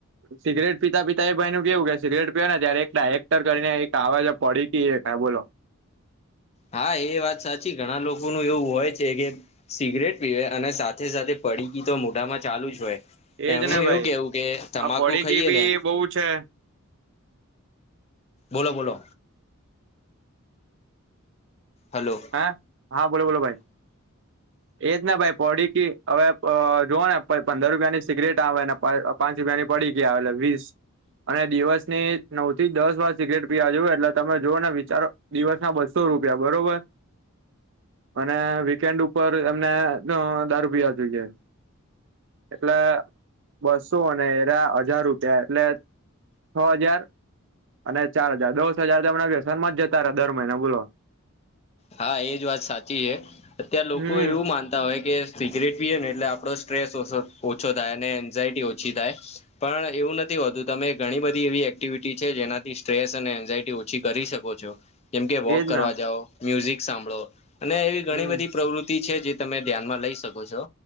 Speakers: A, on the right; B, on the left.
A: સિગરેટ પીતા પીતા એ ભાઈ નું કેવું કે સિગરેટ પીવેને ત્યારે એક ડાયરેક્ટર કરીને એક આવે છે પડી પીએ તા બોલો.
B: હા એ વાત સાચી ઘણા લોકોનું એવું હોય છે કે સિગરેટ પીવે અને સાથે સાથે પડીકી તો મોઢામાં ચાલુ જ હોય.
A: એજ
B: એમનું
A: ને ભાઈ
B: એવું કેવું કે તમાકુ
A: આ પડીકી
B: ખઈએ
A: બી
B: ને
A: બહુ છે
B: બોલો બોલો. હલો
A: હા હા બોલો બોલો ભાઈ. એજ ને ભાઈ પડીકી હવે પ અહ જોવો ને પંદર રૂપિયા ની સિગરેટ આવે ને પડ અહ પાંચ રૂપિયા ની પડીકી આવે એટલે વીસ અને દિવસની નવ થી દસ વાર સિગરેટ પીવા જોવે એટલે તમે જોવો ને વિચારો દિવસ ના બસ્સો રૂપિયા બરોબર. અને વીકેન્ડ ઉપર એમને ન દારૂ પીવા જોઈએ. એટલે. બસ્સો અને <unintelligible> હજાર રૂપિયા એટલે છ હજાર. અને ચાર હજાર દસ હજાર તો એમને વ્યસન માં જતા રહ્યા દર મહિને બોલો.
B: હા એજ વાત હે અત્યારે લોકો
A: હમ
B: એવું માન તા હોય કે સિગરેટ પીએ ને એટલે આપડો સ્ટ્રેસ ઓછો થાય અને એન્ઝાયટી ઓછી થાય. પણ એવું નથી હોતું તમે ઘણી બધી એવી એક્ટિવિટી છે જેનાથી સ્ટ્રેસ અને એન્ઝાયટી ઓ છી કરી શકો છો. જેમકે
A: એજ
B: વોક કરવા
A: ના
B: જાવ મ્યુઝિક સાંભળો અને એવી ઘણી
A: હમ
B: બધી પ્રવૃત્તિ છે જે. તમે ધ્યાનમાં લઈ શકો છો.